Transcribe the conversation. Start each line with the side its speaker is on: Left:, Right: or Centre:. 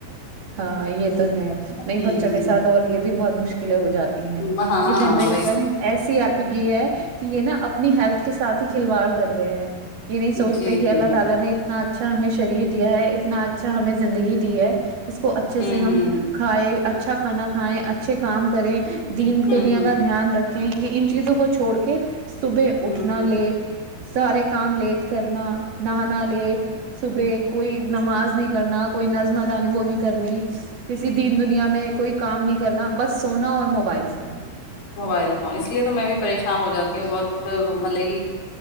Right: ہاں یہ تو ہے نہیں
Left: ہوں
Right: بچوں کے ساتھ اور یہ بھی بہت مشکلیں ہو جاتی ہیں
Left: ہوں ہاں
Right: یہ جنریشن
Left: وہی
Right: ایسی ہے کیونکہ یہ کہ یہ نا اپنی ہیلتھ کے ساتھ ہی کھلواڑ کر رہے ہیں یہ نہیں سوچتے
Left: جی
Right: کہ
Left: جی
Right: اللہ
Left: ہوں
Right: تعالی نے اتنا اچھا ہمیں شریر دیا ہے اتنا اچھا ہمیں زندگی دی ہے اس کو اچھے
Left: ہوں
Right: سے ہم کھائے اچھا کھانا کھائائے اچھے کام کریں دین
Left: ہوں
Right: دنیا
Left: ہوں
Right: کا دھیان رکھ یہ ان چیزوں کو چھوڑ کے صبح اٹھنا
Left: ہوں
Right: لیٹ سارے کام لیٹ کرنا نہانا لیٹ صبح کوئی نماز نہیں کرنا کوئی نظم ا د نہیں وہ نہیں کرنی کسی دین دنیا میں کوئی کام نہیں کرنا بس سونا اور موبائل فون
Left: موبائل فون اس لیے تو میں بھی پریشان ہو جاتی ہوں بہت مطلب کہ